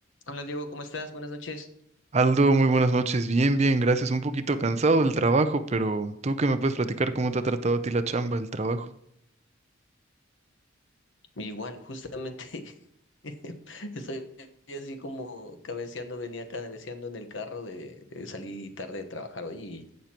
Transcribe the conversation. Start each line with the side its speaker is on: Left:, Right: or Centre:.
Left: Hola Diego, ¿cómo estás? Buenas noches.
Right: Aldo, muy buenas noches. Bien, bien, gracias. Un poquito cansado del trabajo, pero tú que me puedes platicar cómo te ha tratado a ti la chamba, el trabajo.
Left: Igual, justamente <laughs> estoy así como cabeceando, venía cabeceando en el carro de eh, salí tarde de trabajar hoy y